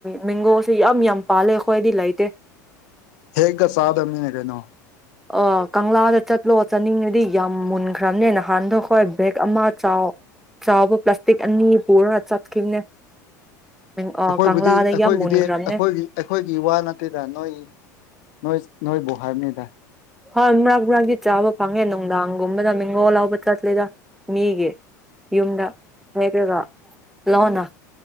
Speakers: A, in the centre; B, on the left (about 65°).
A: ꯃꯦꯡꯒꯣꯁꯦ ꯌꯥꯝ ꯌꯥꯝ ꯄꯥꯜꯂꯦ ꯑꯩꯈꯣꯏꯗꯤ ꯂꯩꯇꯦ
B: ꯍꯦꯑꯒ ꯆꯥꯗꯕꯅꯤ ꯀꯩꯅꯣ
A: ꯑ ꯀꯪꯂꯥꯗ ꯆꯠꯂꯣ ꯆꯠꯅꯤꯡꯉꯗꯤ ꯌꯥꯝ ꯃꯨꯟꯈ꯭ꯔꯕꯅꯦ ꯅꯍꯥꯟꯗꯣ ꯑꯩꯈꯣꯏ ꯕꯦꯛ ꯑꯃ ꯆꯥꯎ ꯆꯥꯎꯕ ꯄ꯭ꯂꯥꯁꯇꯤꯛ ꯑꯅꯤ ꯄꯨꯔꯒ ꯆꯠꯈꯤꯕꯅꯦ ꯑ
B: ꯑꯩꯈꯣꯏꯕꯨꯗꯤ
A: ꯀꯪꯂꯥꯗ
B: ꯑꯩꯈꯣꯏꯒꯤꯗꯤ
A: ꯌꯥꯝ ꯃꯨꯟꯈ꯭ꯔꯕꯅꯦ
B: ꯑꯩꯈꯣꯏꯒꯤ ꯑꯩꯈꯣꯏꯒꯤ ꯋꯥ ꯅꯠꯇꯦꯗ ꯅꯣꯏ ꯅꯣꯏ ꯅꯣꯏꯕꯨ ꯍꯥꯏꯕꯅꯤꯗ
A: ꯍꯣꯏ ꯃꯔꯛ ꯃꯔꯛꯗꯤ ꯆꯥꯕ ꯐꯪꯉꯦ ꯅꯨꯡꯗꯥꯡꯒꯨꯝꯕꯗ ꯃꯦꯡꯒꯣ ꯂꯥꯎꯕ ꯆꯠꯂꯤꯗ ꯃꯤꯒꯤ ꯌꯨꯝꯗ ꯃꯦꯠꯂꯒ ꯂꯣꯟꯅ